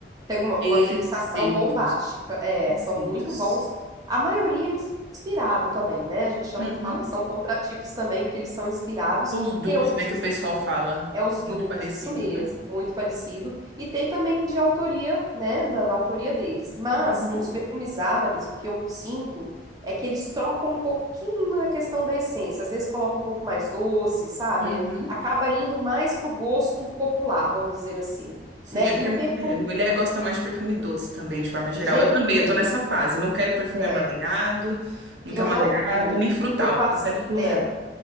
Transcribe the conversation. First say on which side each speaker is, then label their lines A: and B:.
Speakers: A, on the right; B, on the right.
A: tem uma,
B: perfeitos,
A: uma fixação bombástica, é,
B: perfeitos.
A: são muito bons. A maioria é inspirado também, né? A gente chama
B: Uhum.
A: que fala que são contratipos também, porque eles são inspirados.
B: Os dupes,
A: Tem alguns
B: né, que
A: que
B: o pessoal fala,
A: é os
B: muito
A: dupes,
B: parecidos,
A: isso mesmo,
B: né?
A: muito parecido. E tem também de autoria, né, da, da autoria deles. Mas
B: Uhum.
A: os perfumes árabes, o que eu sinto é que eles trocam um pouquinho na questão da essência. Às vezes colocam um pouco mais doce, sabe?
B: Uhum.
A: Acaba indo mais pro gosto popular, vamos dizer assim
B: Sim,
A: né?
B: é porque
A: E o perfume
B: é, mulher gosta mais de perfume doce também, de forma geral.
A: Geralmente,
B: Eu também, eu tô nessa fase. Eu não quero perfume
A: é,
B: amadeirado, muito
A: eu
B: amadeirado,
A: não tô.
B: nem frutal.
A: Eu passo,
B: Eu quero floral.
A: é,